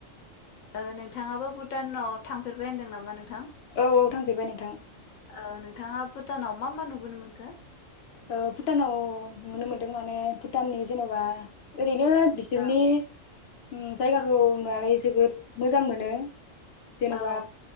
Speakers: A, on the left; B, on the left.
A: ओ नोंथाङाबो भुटानाव थांफेरबाय होनदों नामा नों?
B: औ औ थांफेरबाय नोंथां।
A: ओ नोंथाङा भुटानाव मा मा नुबोनो मोनखो?
B: ओ भुटानाव नुनो मोनदों माने भुटाननि जेनेबा बिनो बिसोरनि
A: औ
B: उम जायगाखौ नुनानै जोबोद मोजां मोनो। जेनबा
A: औ